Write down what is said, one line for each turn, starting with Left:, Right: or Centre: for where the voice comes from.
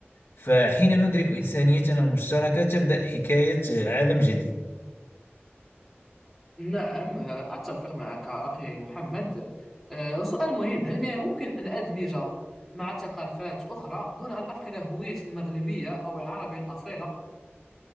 Left: فحين ندرك إنسانيتنا المشتركة تبدأ حكاية عالم جديد
Centre: نعم أتفق معك أخي محمد أه، سؤال مهم هل من الممكن أن أدمج مع ثقافات أخرى دون أن أفقد هويتي المغربية أو العربية الأصيلة؟